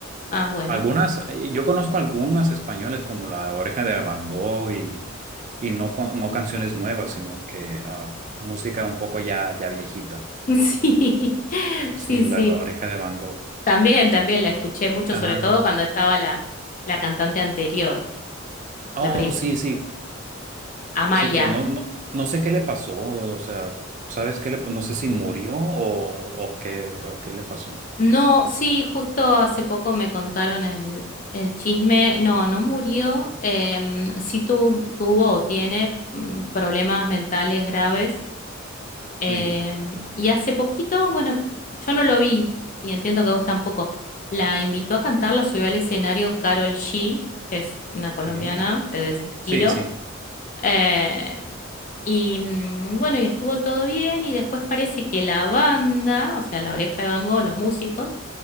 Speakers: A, on the left (about 40°); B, on the right (about 35°).
A: Ah, bueno.
B: Algunas, eh, yo conozco algunas españoles como La Oreja de Van Gogh y, y no, con- no canciones nuevas, sino que ah, música un poco ya, ya viejita.
A: <laughs> Sí,
B: Sí,
A: sí,
B: la,
A: sí.
B: La Oreja de Van Gogh.
A: También, también la escuché mucho,
B: Ajá.
A: sobre todo cuando estaba la, la cantante anterior,
B: Oh,
A: la prim-
B: sí, sí.
A: Amaya.
B: Sí que no, no, no sé qué le pasó. O sea, ¿sabes qué le pa- No sé si murió o, o qué, o qué le pasó.
A: No, sí, justo hace poco me contaron el, el chisme. No, no murió. em, sí tu- tuvo o tiene mm, problemas mentales graves. em,
B: Uy,
A: y hace poquito, bueno, yo no lo vi y entiendo que vos tampoco. La invitó a cantar, la subió al escenario Carol G, que es una
B: ok.
A: colombiana que de ese estilo.
B: Sí, sí.
A: Eh, Y mm, bueno, y estuvo todo bien y después parece que la banda, o sea, la Oreja de Van Gogh, los músicos,